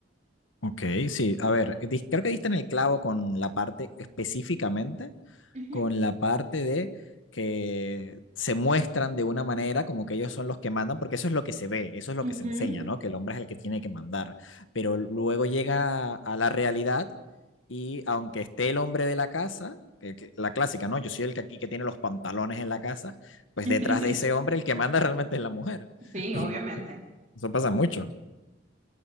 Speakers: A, on the left; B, on the right.
A: Ok, sí, a ver, di- creo que diste en el clavo con la parte específicamente
B: Ujú,
A: con la parte de que se muestran de una manera como que ellos son los que mandan, porque eso es lo que se ve, eso es lo
B: ujú.
A: que se enseña, ¿no? Que el hombre es el que tiene que mandar, pero luego llega a la realidad y aunque esté el hombre de la casa, que- que- la clásica, ¿no? Yo soy el que aquí que tiene los pantalones en la casa, pues
B: <laughs>
A: detrás de ese hombre el que manda realmente es la mujer.
B: Sí,
A: <laughs>
B: obviamente.
A: Eso pasa mucho.